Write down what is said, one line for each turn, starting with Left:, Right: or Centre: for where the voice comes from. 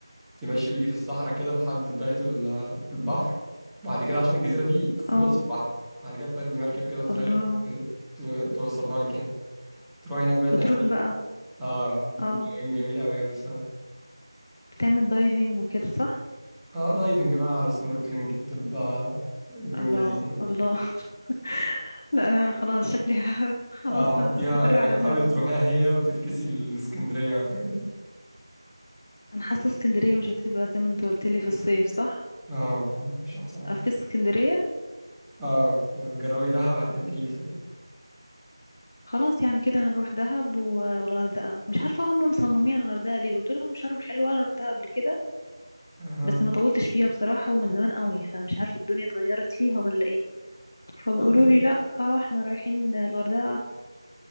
Centre: تمشي بيكي في الصحراء كده لحد بداية ال- آه، البحر بعد كده عشان الجزيرة دي في
Left: اه
Centre: نص البحر بعد كده بتاخدي مركب كده صغير
Left: الله
Centre: تو- توصلها لك يعني تروحي هناك بقى
Left: بتروح
Centre: تعملي
Left: بقى
Centre: اه بيبقى
Left: اه
Centre: يوم جميل قوي قوي الصراحة
Left: بتعمل دايفنج وكده صح
Centre: اه دايفنج بقى على سنوركلينج بتبقى اليوم
Left: الله
Centre: لذيذ قوي
Left: الله <laughs> لا انا خلاص شكلي <laughs> ه- خلاص
Centre: اه
Left: هستقر
Centre: حطيها يعني
Left: على ده
Centre: حاولي
Left: ولا
Centre: تروحيها هي وتفكسي الاسكندرية والحاجات دي
Left: انا حاسه اسكندريه مش هتبقى زي ما انت قلت لي في الصيف صح
Centre: اه مش احسن حاجة
Left: افكس اسكندريه
Centre: اه وجربي دهب هتدعي لي صدقيني
Left: خلاص يعني كده هنروح دهب و- والغردقه مش عارفه هم مصممين على الغردقه ليه قلت لهم شرم حلوه انا رحتها قبل كده
Centre: اها
Left: بس ما طولتش فيها بصراحة ومن زمان قوي فمش عارفة الدنيا اتغيرت فيها ولا ايه فبيقولوا
Centre: طب بن-
Left: لي لا آه احنا رايحين الغردقة